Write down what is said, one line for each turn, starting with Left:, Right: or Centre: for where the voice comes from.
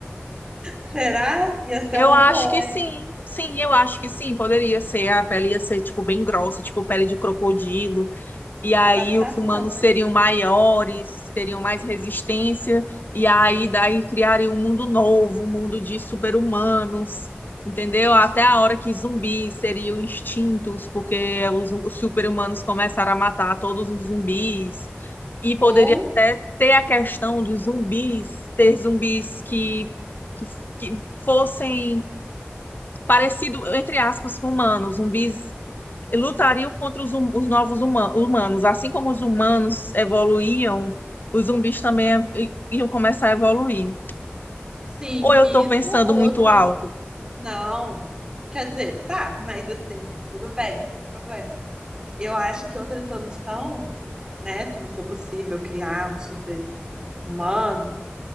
Right: Será? Ia ser
Left: Eu
Right: uma
Left: acho
Right: boa,
Left: que sim,
Right: hein?
Left: sim, eu acho que sim, poderia ser, a pele ia ser, tipo, bem grossa, tipo pele de crocodilo, e aí
Right: Adaptação,
Left: os humanos
Right: né?
Left: seriam maiores, teriam mais resistência, e aí daí criariam um mundo novo, um mundo de super-humanos, entendeu? Até a hora que zumbis seriam extintos, porque os, os super-humanos começaram a matar todos os zumbis, e poderia
Right: Ou,
Left: até ter a questão dos zumbis, ter zumbis que, que que fossem parecido, entre aspas, com humanos. Zumbis lutariam contra os, hum- os novos huma- humanos. Assim como os humanos evoluíam, os zumbis também ev- i- iam começar a evoluir.
Right: sim,
Left: Ou eu
Right: isso
Left: estou pensando
Right: ou
Left: muito
Right: outra.
Left: alto?
Right: Não. Quer dizer, tá, mas assim, tudo bem, sem problema. Eu acho que outra solução, né, se não for possível criar um super-humano,